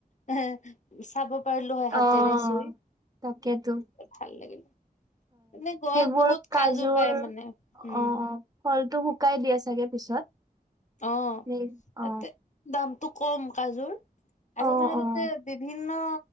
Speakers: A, on the left; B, on the right.
A: এ চাব। পাৰলো হয় হাতেৰে
B: অ'
A: চুই
B: তাকেতো
A: ভাল লাগিলো এনে গোৱাত
B: কুৰ
A: বহুত
B: কাজুৰ,
A: কাজু পায় মানে উম
B: অ' ফলটো শুকাই দিয়ে চাগে পিছত।
A: অ'
B: নে? অ'
A: তাতে দামটো কম কাজোৰ, আৰু
B: অ'
A: মানে
B: অ'
A: তাতে বিভি -ন্ন